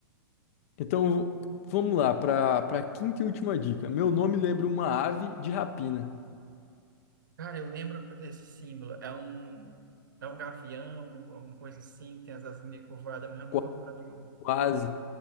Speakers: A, on the left; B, on the right.
A: Então, vamos lá, para para a quinta e última dica. Meu nome lembra uma ave de rapina.
B: Cara, eu lembro desse símbolo. É um. É um gavião, alguma coisa assim, tem as asas meio curvadas, mas eu não
A: Qua-
B: vou lembrar do nome.
A: Quase.